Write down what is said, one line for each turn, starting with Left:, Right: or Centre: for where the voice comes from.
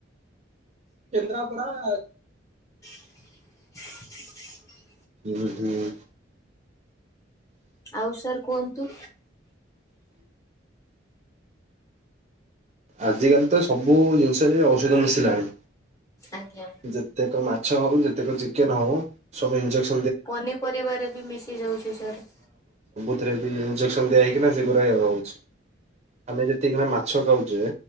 Right: କେନ୍ଦ୍ରାପଡ଼ା ଆ
Left: ହ <inaudible>
Right: ହୁଁ ହୁଁ।
Left: ଆଉ ସାର୍ କୁହନ୍ତୁ।
Right: ଆଜିକାଲି ତ ସବୁ ଜିନିଷରେ ଔଷଧ ମିଶିଲାଣି।
Left: ଆଜ୍ଞା।
Right: ଯେତେକ ମାଛ ହଉ ଯେତେକ ଚିକେନ ହଉ ସବୁ ଇନଞ୍ଜେକ୍ସନ
Left: ପନିପରିବାରେ ବି ମିଶି ଯାଉଛି ସାର।
Right: ସେଥିରେ ବି ଇନଜେକ୍ସନ ଦିଆ ହେଇକିନା ସେଗୁରା ହଉଛି ଆମେ ଯେତିିକିନା ମାଛ ଖାଉଛେ